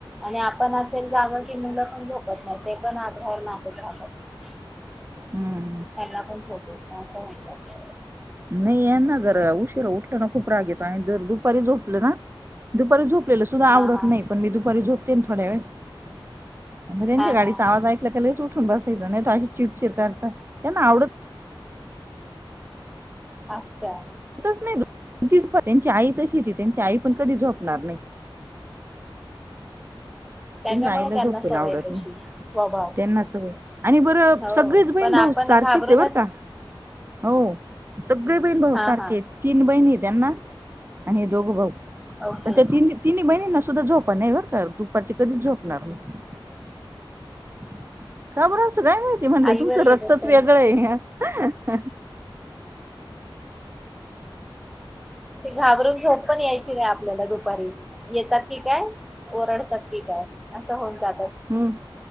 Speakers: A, in the centre; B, on the right (about 25°).
A: आणि आपण असं जरी जागा केललं पण झोपत नाहीत, ते पण आत बाहेर नाचतं राहतात मगं.
B: हम्म.
A: त्यांना पण झोप येत नाही असं म्हणता.
B: नाही यांना जरा उशिरा उठल ना, खूप राग येतो आणि जर दुपारी झोपलं ना दुपारी झोप पलेल सुद्धां आवडतं
A: हा हा
B: नाही पण मी दुपारी झोप येतीन थोड्या वेळात मग त्यांच्या
A: हा
B: गाडीचा
A: हा
B: आवाज ऐकला का लगेच उठते. उठून बसायचं नाही तर, अशी चिड चिड करता त्यांना आवडतं ना
A: अच्छा.
B: येतच नाई दोन तीन पर्यंत. त्यांची आई तशीचं ये त्यांची आई पण कधी झोप नार नाही.
A: त्यांच्यामुळे
B: त्यांच्या आईला
A: त्यांना
B: झोपायला
A: सवय
B: आवडत
A: तशी.
B: नाही
A: स्वभाव
B: त्यांना सवय आणि बरं
A: हो
B: सगळेच बहीण
A: पण आपण
B: भाऊ सारखीच
A: घाबरूनच
B: हाय बर का, हो सगळे बहीण भाऊ
A: हा
B: सारखेत
A: हा
B: तीन बहीणीहेत. त्यांना अन हे दोघं भाऊ.
A: ओके
B: म त्या ती तिनी बहिणींना सु सुद्धा झोपा नाही बरं का दुपारची कधीच झोपणार नाही. <inaudible> <unintelligible>
A: आईवर
B: तुमचं
A: गेलेत
B: रक्तच
A: त्यांच्या
B: वेगळं हाय. हा.
A: घाबरून झोप पण यायची. आपल्याला दुपारी येतात. काय ओरडतात की काय असं होऊन जा.
B: हम्म